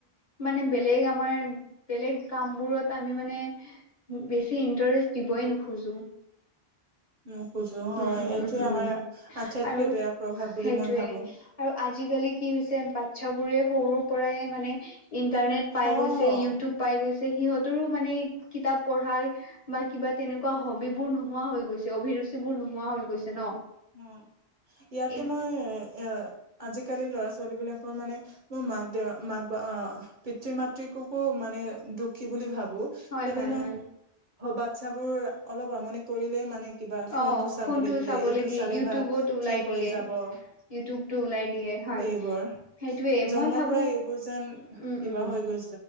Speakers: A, on the left; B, on the right.
A: মানে বেলেগ আমাৰ বেলেগ কাম বোৰত আমি মানে বেছি ইন্টাৰেষ্ট দিবই নোখোজো
B: নোখোজো হয়
A: উম উম
B: এইটোৱে
A: উম উম
B: আমাৰ আটাইতকে
A: আৰু
B: বেয়া প্ৰভাৱ বুলি
A: সেইটোৱে
B: মই ভাবো
A: আৰু আজি আজিকালি কি হৈছে বাচ্ছ বোৰে সৰুৰ পৰাই মানে ইণ্টাৰনেট
B: হ
A: পাই গৈছে ইউটিউব পাই গৈছে সিহঁতৰো মানে কিতাপ পঢ়া বা কিবা তেনেকুৱা হবিবোৰ নোহোৱা হৈ গৈছে অভিৰুচি সেইবোৰৰ নোহোৱা হৈ গৈছে ন
B: উ ইয়াতে
A: এই
B: মই এ আজিকালি ল'ৰা ছোৱালী বিলাকৰ মানে মোৰ মাক দেউ মাক পিতৃ মাতৃককো মানে দুখী বুলি ভাবো
A: হয়
B: কেলে
A: হয় হয়
B: বাচ্ছাবোৰ অলপ আমনি কৰিলেই মানে কিবা ফোন
A: অ
B: টো চাবলৈ
A: ফোনটো
B: দিয়ে
A: চাবলৈ
B: তটো
A: দিয়ে
B: চালে
A: ইউটিউবত
B: ভা
A: ওলাই
B: ঠিক হৈ
A: দিয়ে
B: যাব অ
A: ইউটিউবটো ওলাই দিয়ে হয়
B: এইবোৰ
A: সেইটোয়ে
B: জন্মৰ
A: মই ভাবো
B: পৰা এইবোৰ যেন
A: উম
B: কিবা
A: উম
B: হৈ গৈছে